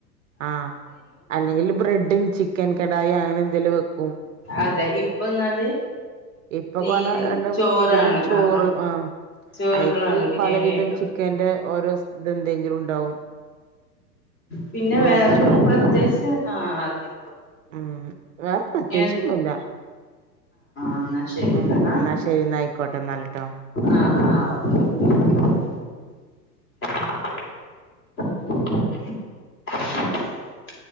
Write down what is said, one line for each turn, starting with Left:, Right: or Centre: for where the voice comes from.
Right: ആ അല്ലെങ്കിൽ ബ്രെഡും ചിക്കൻ കടായി അങ്ങനെ എന്തെങ്കിലും വെ
Left: അതെ ഇപ്പൊ എന്നാല്
Right: ഇപ്പൊക്കെ
Left: ഈ
Right: പറഞ്ഞാ രണ്ടും
Left: ചോറാണ്
Right: വിധം ചോറ്
Left: ആഹ ആഹ
Right: ആഹ്
Left: ചോറുകളാണ്
Right: അയ്ക്ക്
Left: ബിരിയാണിയായിട്ടോ
Right: പലവിധം ചിക്കന്റെ ഓരോ ഇതെന്തെങ്കിലും ഉണ്ടാവും
Left: പിന്നെ
Right: ബ്രോസ്റ്റോ
Left: വേറെന്താ പ്രത്യേകിച്ച് ആ അതെ
Right: ഉം വേറെ പ്രത്യേകിച്ചൊന്നുല്ല
Left: ഏ അന്നാ ശരിന്താ
Right: ഉം എന്നാ ശരി എന്നാ ആയിക്കോട്ടെ എന്നാല് ട്ടോ
Left: ആ ആഓ <unintelligible> <unintelligible>